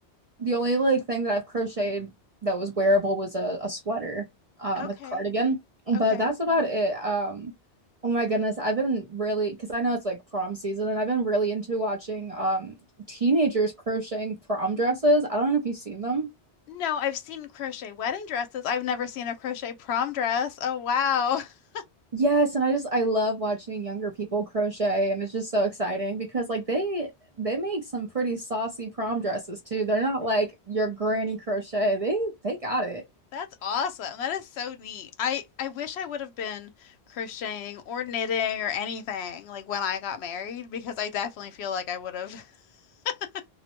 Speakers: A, on the right (about 45°); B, on the left (about 75°).
A: The only like thing that I've crocheted that was wearable was a, a sweater, um,
B: okay.
A: like a cardigan.
B: Okay.
A: But that's about it. Um, oh my goodness, I've been really because I know it's like prom season, and I've been really into watching um teenagers crocheting prom dresses. I don't know if you've seen them.
B: No, I've seen crochet wedding dresses. I've never seen a crochet prom dress. Oh wow. <laughs>
A: Yes, and I just I love watching younger people crochet, and it's just so exciting because like they they make some pretty saucy prom dresses too. They're not like your granny crochet. They they got it.
B: That's awesome. That is so neat. I I wish I would have been crocheting or knitting or anything like when I got married because I definitely feel like I would have. <laughs>